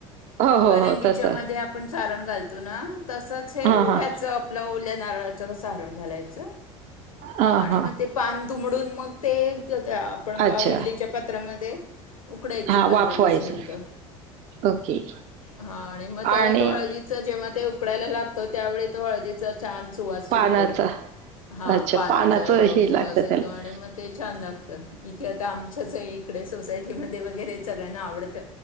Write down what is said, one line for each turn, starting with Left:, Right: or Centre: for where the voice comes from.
Right: हो, हो,
Left: करंजीच्या
Right: हो, तसं.
Left: म आपण चारण घालतो ना तसच हे
Right: हां, हां.
Left: आपल्या ओल्या नारळाच सहारण घालायचं
Right: हां,
Left: आणि
Right: हां.
Left: मग ते. पान दुमडून मग ते आपण
Right: अच्छा.
Left: पावडलीच्या पात्रामध्ये उकडायचे
Right: हां,
Left: पंधरा
Right: वाफवायचं.
Left: वीस मिनटं
Right: ओके.
Left: हा आणि मग
Right: आणि
Left: त्याला तो हळदी. जेव्हा ते उकडायला लागतो त्यावेळी तो हळदीेचा छान सुवास
Right: पानाचा.
Left: सुटतो हा
Right: अच्छा
Left: पानाचा
Right: पानाचं हे
Left: सुवास
Right: लागतं
Left: येतो
Right: त्याला.
Left: आणि मग ते छान लागत इथे आता आमच्याच इकडे सोसायटी मध्ये वगैरे सगळ्यांना आवडतं.